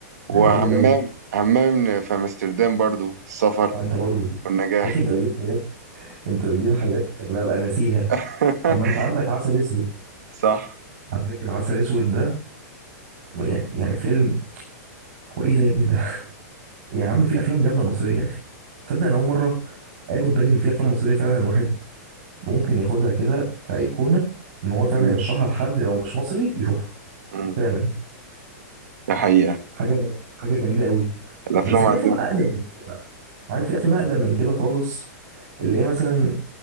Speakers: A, on the right; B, on the right.
A: يعني
B: وهمام
A: جامد قوي
B: همام في امستردام برضو السفر
A: انت برضو
B: والنجاح
A: يا اخي انت بتجيب حاجات انت بتجيب حاجات ببقى ناسيها
B: <laughs>
A: طب ما انت عندك عسل اسود
B: صح
A: على فكرة عسل اسود ده يعني يعني فيلم هو ايه ده يا ابني ده <laughs> يا عم في افلام جامدة مصرية يا اخي تصدق انا اول مرة اخد بالي ان في افلام مصرية فعلا الواحد ممكن ياخدها كده كأيقونة ان هو فعلا
B: مم.
A: يرشحها لحد لو مش مصري يشوفها
B: مم.
A: فعلا
B: ده حقيقة
A: حاجة حاجة جميلة قوي طب
B: الافلام
A: بس في
B: عندنا
A: افلام اقدم
B: كده.
A: من كده بقى، عارف في افلام اقدم من كده خالص اللي هي مثلا